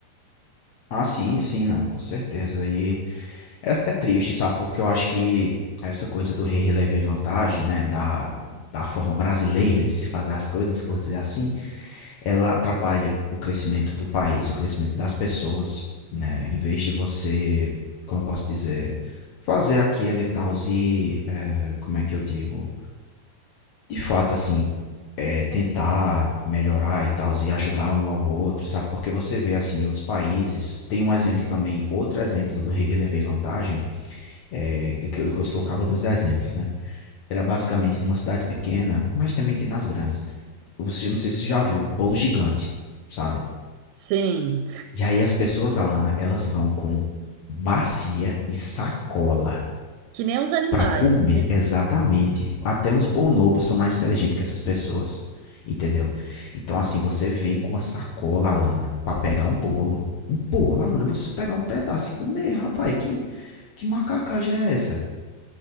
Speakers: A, on the left; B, on the right.
A: Ah, sim, sim, não, com certeza. E É, é triste, sabe? Porque eu acho que essa coisa do rei relever vantagem, né? Da, da forma brasileira de se fazer as coisas, por dizer assim, ela atrapalha o crescimento do país, o crescimento das pessoas, né? Em vez de você, como eu posso dizer, fazer aquilo e tal, e, é, como é que eu digo? De fato, assim, é, tentar melhorar e tal, e ajudar um ao outro, sabe? Porque você vê, assim, em outros países, tem um exemplo também, outro exemplo do rei relever vantagem, é, que, eu, que eu sou o cabo dos exemplos, né? Era basicamente numa cidade pequena, mas também tem nas grandes. Você não sei se você já viu, bolo gigante, sabe?
B: Sim,
A: E aí as pessoas, Alana, elas vão com bacia e sacola
B: que nem os animais,
A: para comer
B: né?
A: exatamente. Até uns bonobos são mais inteligentes que essas pessoas, entendeu? Então assim, você vem com uma sacola, Alana, para pegar um bolo. Um bolo, Alana, você pegar um pedaço e comer, rapaz, que, que macacagem é essa?